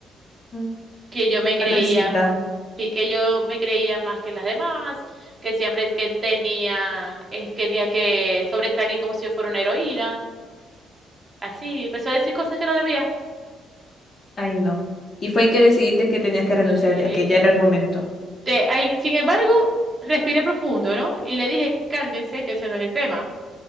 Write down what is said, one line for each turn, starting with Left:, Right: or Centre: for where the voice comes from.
Left: Mm.
Right: que yo me creía
Left: Tan dulcita.
Right: y que yo me creía más que las demás, que siempre que tenía, es, que tenía que sobresalir como si yo fuera una heroína, así, empezó a decir cosas que no debía.
Left: Ay, no. Y fue que decidiste que tenías que renunciar
Right: Sí.
Left: ya, que ya era el momento.
Right: Te- ahí, sin embargo, respiré profundo, ¿no? Y le dije, cálmese, que eso no es el tema.